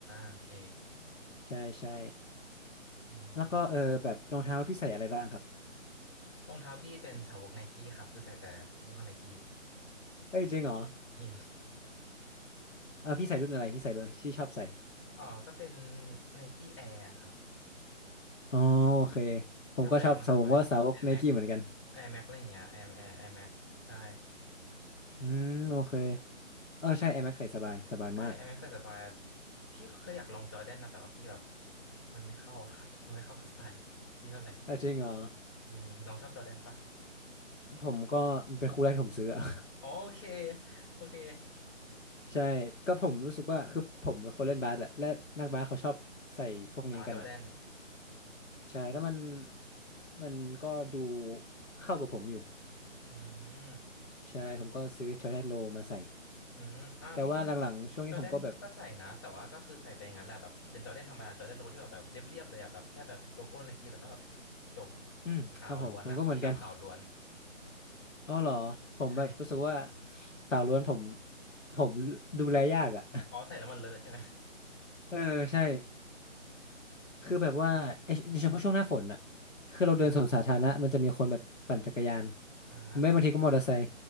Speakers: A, on the left (about 20°); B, on the left (about 75°).
A: โอเค
B: ใช่ใช่
A: อืม
B: แล้วก็เออแบบรองเท้าพี่ใส่อะไรบ้างครับ
A: รองเท้าพี่เป็นสาวกไนกี้ครับคือใส่แต่ยี่ห้อไนกี้
B: เอ้ยจริงเหรอ
A: จริง
B: เออพี่ใส่รุ่นอะไรพี่ใส่รุ่นที่ชอบใส่
A: <laughs> อ๋อก็เป็นไนกี้แอร์ครับ
B: อ๋อโอเค
A: พี่ก็ใส่แล้วมันสบาย
B: ผมก็ชอบสาวผมก็สาวกไนกี้เหมือนกัน
A: Air Max Air Max อะไรอย่างเงี้ย Air Air Air Max ใช่
B: อืมโอเคเออใช่ Air Max ใส่สบายสบายมาก
A: ใช่ i m ซ c ใส่สบายพี่เคยอยากลองจอร์แดนนะแต่ว่าพี่แบบมันไม่เข้าอะ <laughs> มันไม่เข้ากับสไตล์พี่เท่าไหร่
B: เออจริงเหรอ
A: จริงน้องชอบจอร์แดนปะ
B: ผมก็เป็นคู่แรกที่ผมซื้ออะ
A: อ๋อโอเคโอเค
B: <laughs> ใช่ก็ผมรู้สึกว่าคือผมเป็นคนเล่นบาสแหละและนักบาสเขาชอบใส่พวกนี้กันอะ
A: อ่าจอร์แดน
B: ใช่แล้วมันมันก็ดูเข้ากับผมอยู่
A: อืม
B: ใช่ผมก็ซื้อช็อตแททโลมาใส่
A: อืมอ่าพี่ก็
B: แต่ว่าหลังๆช่วงนี้ผมก็แบบ
A: จอร์แดนพี่ก็ใส่นะแต่ว่าก็คือใส่ไปอย่างนั้นแหละแบบเป็นจอร์แดนธรรมดาจอร์แดนโลที่แบบแบบเรียบๆเลยอ่ะแบบแค่แบบโลโก้ไนกี้แล้วก็จบ
B: อืมครับผมผมก็เหมือนกัน
A: ขาวล้วนอ่ะพี่ชอบขาวล้วน
B: อ๋อเหรอผมแบบรู้สึกว่า
A: ใช่
B: ข่าวล้วนผมผมดูแลยากอ่ะ
A: อ๋อใส่แล้วมันเลอะใช่ไหม
B: <laughs> เออใช่คือแบบว่าเอยโดยเฉพาะช่วงหน้าฝนอ่ะคือเราเดินสวนสาธารณะมันจะมีคนแบบปั่นจักรยาน
A: อืมอ่าครับ
B: แม้บางทีก็มอเตอร์ไซค์